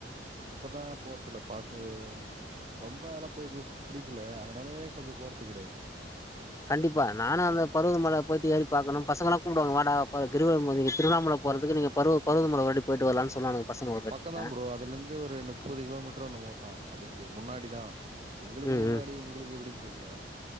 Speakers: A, on the right; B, on the left.
A: இப்பதான் போறதுல பாத்து ரொம்பலா போய் போய் புடிக்கல அதுனாலயே கொஞ்சோ போர்து கெடையாது
B: கண்டிப்பா நானு அந்த பருவதமல போயிட்டு ஏறி பாக்கணு பசங்களா கூப்டுவாங்க வாடா போர கிரிவலம் போர்துக்கு திருவண்ணாமல போறதுக்கு நீங்க பருவு பருவதமலக்கு ஒரு வாட்டி போயிட்டு வரலாம்னு சொன்னானுங்க பசங்க ஒரு வாட்டி
A: பக்கம் தா
B: அ
A: ப்ரோ அதுல இருந்து ஒரு முப்பது கிலோமீட்டர் என்னமோ தா அதுக்கு முன்னாடி தா எங்குளுக்கு
B: ம்
A: முன்னாடி
B: ம்
A: உங்குளுக்கு எப்டினு தெரில